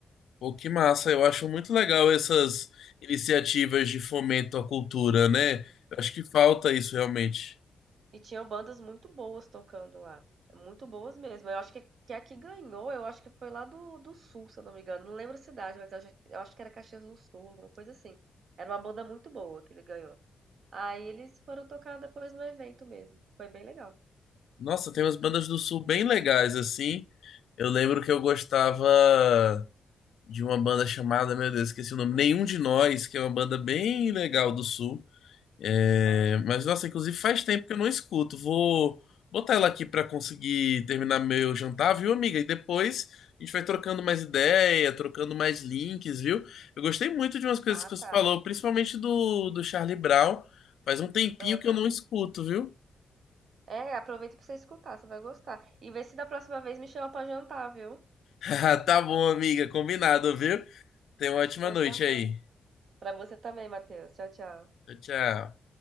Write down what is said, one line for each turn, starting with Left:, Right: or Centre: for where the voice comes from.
Left: Pô, que massa. Eu acho muito legal essas iniciativas de fomento à cultura, né? Eu acho que falta isso realmente.
Right: E tinham bandas muito boas tocando lá. Muito boas mesmo. Eu acho que, que a que ganhou, eu acho que foi lá do, do Sul, se eu não me engano. Não lembro a cidade, mas eu acho, eu acho que era Caxias do Sul, alguma coisa assim. Era uma banda muito boa que ele ganhou. Aí eles foram tocar depois no evento mesmo. Foi bem legal.
Left: Nossa, tem umas bandas do Sul bem legais, assim. Eu lembro que eu gostava de uma banda chamada, meu Deus, esqueci o nome, Nenhum de Nós, que é uma banda bem legal do Sul. É,
Right: Ah,
Left: mas, nossa, inclusive faz tempo que eu não escuto. Vou botar ela aqui pra conseguir terminar meu jantar, viu, amiga? E depois a gente vai trocando mais ideia, trocando mais links, viu? Eu gostei muito de umas coisas
Right: ah,
Left: que você
Right: tá.
Left: falou, principalmente do, do Charlie Brown. Faz um tempinho
Right: Aham.
Left: que eu não escuto, viu?
Right: É, aproveita pra você escutar, você vai gostar. E vê se da próxima vez me chama pra jantar, viu?
Left: <laughs> Tá bom, amiga, combinado, viu? Tenha uma ótima
Right: Então
Left: noite
Right: tá
Left: aí.
Right: bom. Pra você também, Matheus. Tchau, tchau.
Left: Tchau, tchau.